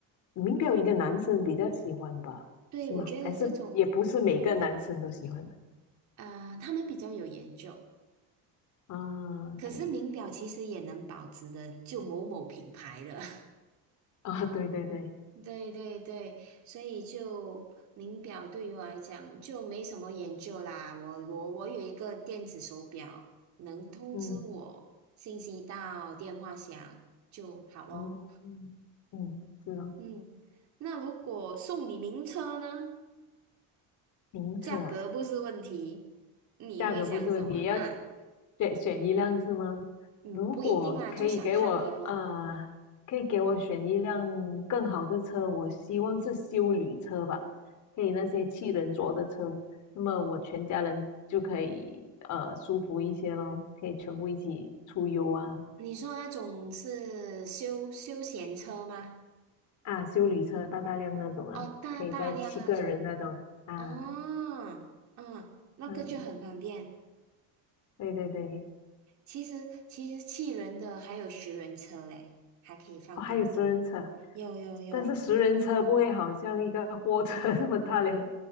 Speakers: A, on the left; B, on the right.
A: 民调应该男生比较喜欢吧？
B: 嗯，对，
A: 是吗？
B: 我觉得这种
A: 还是也不是每个男生都喜欢吧？
B: 啊、他们比较有研究。
A: 啊？OK，
B: 可是名表其实也能保值的，就某某品牌的。
A: 啊，对对对，
B: 对对对，所以就名表对于我来讲就没什么研究啦。我我我有一个电子手表，能通知我信息到电话响就好咯。
A: 嗯嗯嗯，嗯，是啊，
B: 嗯，那如果送你名车呢？
A: 名册啊。
B: 价格不是问题，你会想什么啊？
A: 价格不是问题，要选选一辆是吗？
B: 嗯，
A: 如果可以给我啊、
B: 不一定啦，就想看你咯。
A: 呃可以给我选一辆更好的车，我希望是修理车吧，可以那些七人座的车，那么我全家人就可以呃舒服一些咯，可以全部一起出游啊
B: 你说那种是休休闲车吗？
A: 啊，修理车大大量那种啊，
B: 哦，大大量那种。
A: 可以载七个人那种啊，
B: 哦，
A: 啊
B: 嗯，那个就很方便。
A: 嗯，对对对，
B: 其实其实七人的还有十人车嘞，还可以放更多。
A: 哦，还有私人车。
B: 有有有，
A: 但是十人车不会好像一个货车 <laughs> 那么大辆，